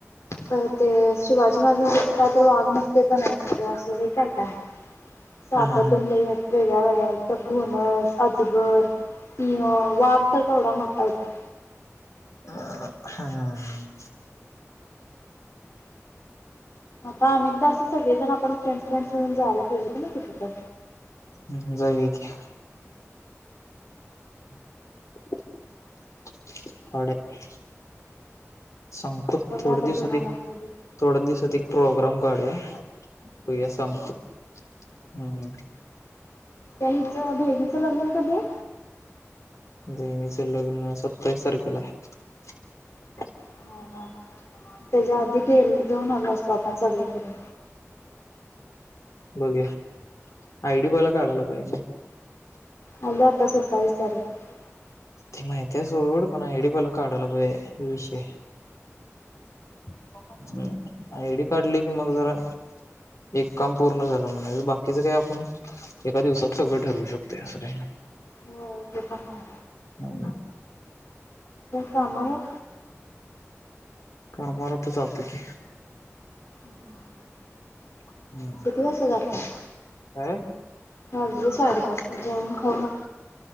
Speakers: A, on the left (about 65°); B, on the left (about 80°).
A: तर ते शिवाजी महाराजांसाठी का तर वाघ नसते तर नाही असल काय काय आहे साप
B: हा हा हा
A: तेन लय आहेत. वेगळ्या वेगळ्या इथ घोनस अजगर सिंह वाघ तर केवढा मोठा ठा होता.
B: अ हम्म हम्म.
A: आता अनेकदा असं सगळेजण आपण फ्रेंड्स फ्रेंड्स मिणून जायला पाहिजे कणी कुठे तर
B: हम जाऊया की <inaudible> काढुया. सांगतो
A: बघा
B: थोडे
A: आता
B: दिवसात
A: तुम्हाला
B: एक
A: कधी
B: थोड्या दिवसात एक प्रोग्राम काढुया. बघुया
A: हा
B: सांगतो हम्म.
A: त्याहीचं भहिरीचं लग्न कधी आहे.
B: बहिणीचं लग्न सत्तावीस तारखेला आहे.
A: हा हा हा. त्याच्या आधी गे जाऊन आलो असतो आपण सगळे फिरून
B: बघुया आयडी बला काढला पाहिजे मग
A: अल्या आता सत्तावीस तारीख
B: ते माहित आहे सोड पण आयडी पहिला काढायला पाहिजे हा विषय आहे. हम् आयडी काढली कि मग जरा एक काम पूर्ण झालं म्हणायचं बाकीच काय आपण एका दिवसात सगळं ठरवू शकते असं काय नाही.
A: हो ते पण ना.
B: हम्म,
A: कामावर
B: कामावर आता जातो की
A: हम्म.
B: हम्म,
A: किती वाजता जातोस
B: काय
A: वाजले साडेपाच जेऊन खाऊन.